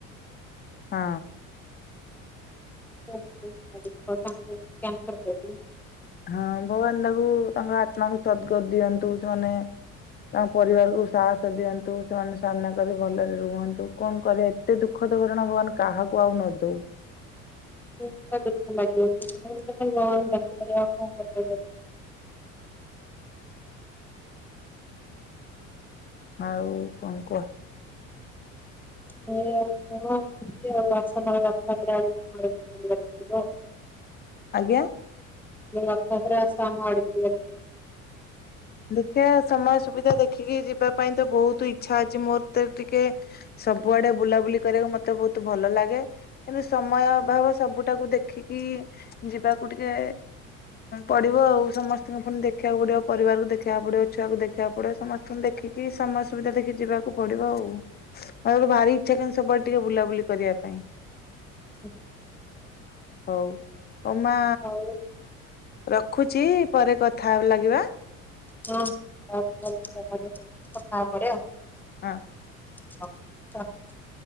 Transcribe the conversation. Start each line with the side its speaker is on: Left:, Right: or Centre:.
Left: ହଁ।
Centre: <unintelligible> <unintelligible>
Left: ହଁ ଭଗବାନ ତାକୁ ତାଙ୍କ ଆତ୍ମାକୁ ସଦ୍ଗତିି ଦିଅନ୍ତୁ, ସେମାନେ ତାଙ୍କ ପରିବାରକୁ ସାହସ ଦିଅନ୍ତୁ, ସେମାନେ ସାମ୍ନା କରି ଭଲରେ ରୁହନ୍ତୁ, କଣ କରିବା ଏତେ ଦୁଃଖଦ ଘଟଣା ଭଗବାନ କାହାକୁ ଆଉ ନଦଉ।
Centre: ଦୁଃଖ ଲାଗିବ <inaudible> ଭଗବାନଙ୍କୁ ଡାକିପାରିବା ଆଉ କଣ କରିପାରିବା।
Left: ଆଉ କଣ କୁହ।
Centre: <unintelligible> ବ
Left: ଆଜ୍ଞା।
Centre: ମୁଁ ଆପଣଙ୍କର <unintelligible>
Left: ଦେଖିବା ସମୟ ସୁବିଧା ଦେଖି ଦେଖିକି ଯିବା ପାଇଁ ତ ବହୁତ ଇଛା ଅଛି ମୋର ତ ଟିକେ ସବୁଆଡେ ବୁଲାବୁଲି କରିବାକୁ ମତେ ବହୁତ ତୁ ଭଲ ଲାଗେ କିନ୍ତୁ ସମୟ ଅଭାବ ସବୁଟାକୁ ଦେଖିକି ଯିବାକୁ ଟିକେ ପଡିବ ଆଉ ସମସ୍ତଙ୍କ ପୁଣି ଦେଖିବାକୁ ପଡିବ ପରିବାରକୁ ଦେଖ ଦେଖିବାକୁ ପଡିବ ଛୁଆକୁ ଦେଖିବାକୁ ପଡିବ ସମସ୍ତଙ୍କୁ ଦେଖିକି ସମୟ ସୁବିଧା ଦେଖି ଯିବାକୁ ପଡିବ ଆଉ ମାନେ ଗୋ ଭାରି ଇଛା କେନତି ସବୁଆଡେ ଟିକେ ବୁଲାବୁଲି କରିବା ପାଇଁ।
Centre: <inaudible>
Left: ହଉ। ହଉ ମା
Centre: ଆଉ
Left: ରଖୁଛି ପରେ କଥା ଲାଗିବା।
Centre: ହଁ <unintelligible> କଥା ହବା ପରେ।
Left: ହଁ।
Centre: ହ <unintelligible>